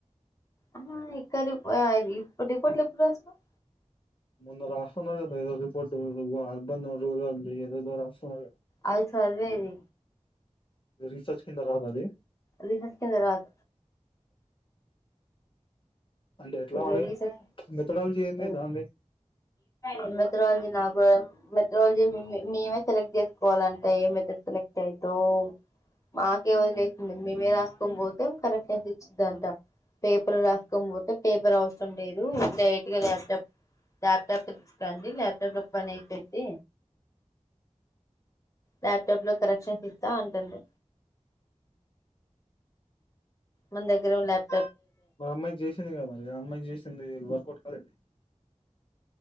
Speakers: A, on the left; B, on the left.
A: ఆహా ఇక్క రిప్పు ఆ రిప్ రిపోర్ట్లు ఎప్పుడు రాస్నవ్
B: ముందు రాసద రిపోర్ట్ అర్బన్ ది ఏదోదో రాస్తునర్ కదా
A: అది సద్వేది
B: ఇది రీసెర్చ్ కింద రాదు అది
A: రీసెర్చ్ తర్వాత
B: అంటే ఎట్లా
A: ఏదో
B: మరి
A: రీసెర్చ్
B: మెథడాలజీ ఏంది
A: ఉ
B: దాంది
A: ఆ మెతడాలజీని ఆపుదాం బట్ జాబ్ జేసింది మేమే సెలెక్ట్ చేసుకోవాలంట ఏ మెథడ్ సెలెక్ట్ అయిందో మాకే వదిలేసింది మేమే రాసుకో పోతే కరెక్షన్స్ ఇచ్చిద్దంట పేపర్ రాసుకో బోతే పేపర్ అవసరం లేదు డైరెట్ గా ల్యాప్టాప్ లప్టాప్ తీసుకురండి ల్యాప్టాప్ లో పని అయిపోతే ల్యాప్టాప్ లో కరెక్షన్స్ ఇస్తా అంటండు మందగ్ర ఒ లాప్
B: మరి అమ్మాయి చేసిందిగా మరి ఆ అమ్మాయి చేసింది అది వర్కౌట్ కాలేది